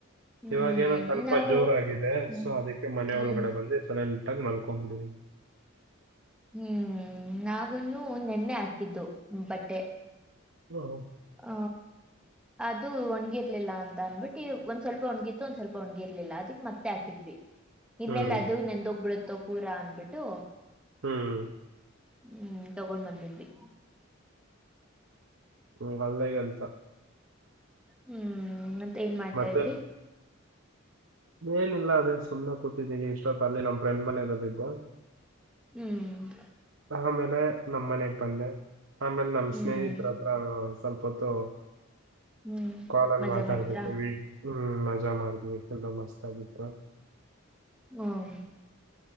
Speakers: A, in the centre; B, on the right.
A: ಹ್ಮ್
B: ಇವಾಗ ಏನೋ ಸ್ವಲ್ಪ ತು
A: ನಾವು
B: ಜೋರ ಆಗಿದೆ
A: ಹ್ಮ್
B: ಸೊ ಅದಕ್ಕೆ ಮನೆ
A: ಹ್ಮ್
B: ಒಳಗಡೆ ಬಂದು ಸಲ ನಿಟ್ಟಾಗಿ ಮಲ್ಕೊಂಬಿಡವಿ
A: ಹ್ಮ್ ನಾವನು ನೆನ್ನೆ ಹಾಕಿದ್ದು ಬಟ್ಟೆ
B: ಹ್ಮ ಹ್ಮ
A: ಹ ಅದು ಒಣ್ಗಿರ್ಲಿಲ್ಲ ಅಂತ ಅಂದ್ಬಿಟ್ಟಿ ಒಂದ್ ಸ್ವಲ್ಪ ಒಣ್ಗಿತ್ತು ಒಂದ್ ಸ್ವಲ್ಪ ಒಣ್ಗಿರ್ಲಿಲ್ಲ ಅದಕ್ ಮತ್ತೆ ಹಾಕಿದ್ವಿ ಇನ್ನೆಲ್ಲ
B: ಹ್ಮ್
A: ಅದು ನೆಂದೊೋಗಬಿಡುತ್ತೋ ಪೂರಾ ಅನ್ಬಿಟ್ಟು
B: ಹ್ಮ್
A: ಹ್ಮ್ ತಗೊಂಡ್ ಬಂದಬಿದವಿ
B: ಹ್ಮ್ ಅಲ್ಲೇ ಕೆಲ್ಸ
A: ಹ್ಮ್ ಮತ್ತೆ ಏನ್ ಮಾಡ್ತಾ
B: ಮತ್ತೆ
A: ಇದ್ರಿ
B: ಏನಿಲ್ಲ ಅದೇ ಸುಮ್ನೆ ಕೂತಿದ್ದೀನಿ ಇಷ್ಟೊತ್ ಅಲ್ಲಿ ನಮ್ ಫ್ರೆಂಡ್ ಮನೆ ಇರೋದ್ದು
A: ಹ್ಮ್
B: ಆ ಆಮೇಲೆ ನಮ್ ಮನೆಗ್ ಬಂದೆ ಆಮೇಲೆ ನಮ್
A: ಹ್ಮ್
B: ಸ್ನೇಹಿತರತ್ರ ಸ್ವಲ್ಪ ಹೊತ್ತು
A: ಹ್ಮ್
B: ಕಾಲಲ್ಲಿ
A: ಮಜಾ
B: ಮಾತಾಡ್ಬೇಕು
A: ಮಾಡಿದ್ರಾ
B: ಹ್ಮ ಪೂಜಾ ಮಾಡಿದ್ವಿ ಕೆಲ್ಲ ಮಸ್ತ್ ಆಗಿತ್ತು
A: ಹ್ಮ್